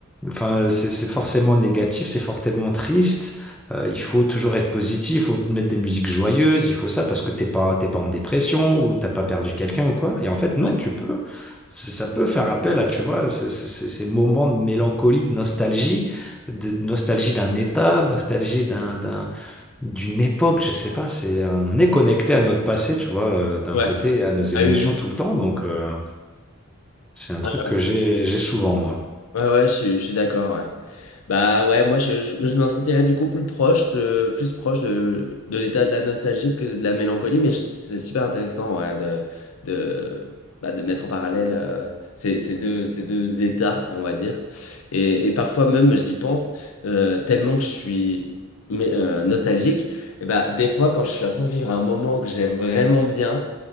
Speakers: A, in the centre; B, on the left.
A: Enfin, c'est c'est forcément négatif, c'est forcément triste. Euh, il faut toujours être positif, il faut mettre des musiques joyeuses, il faut ça parce que t'es pas, t'es pas en dépression ou t'as pas perdu quelqu'un ou quoi. Et en fait, non,
B: ouais,
A: tu peux. c- Ça peut faire appel à, tu vois, ces, ces- ces- ces moments de mélancolie, de nostalgie, de nostalgie d'un état, nostalgie d'un, d'un- d'une époque, je sais pas. C'est, on est connecté à notre passé, tu vois, euh, d'un
B: ouais.
A: côté, à nos émotions
B: Ah oui, oui.
A: tout le temps. Donc, euh, c'est un
B: Ouais,
A: truc que j'ai, j'ai souvent, moi.
B: ouais, ouais, je suis, je suis d'accord, ouais. Bah ouais, moi je, je, je me sentirais du coup plus proche de, plus proche de, de l'état de la nostalgie que de la mélancolie, mais je- c'est super intéressant ouais, de, de, bah, de mettre en parallèle euh, ces, ces deux, ces deux états, on va dire. Et, et parfois même, j'y pense euh, tellement que je suis mais, euh, nostalgique, et bah, des fois quand je suis en train de vivre un moment que j'aime vraiment bien,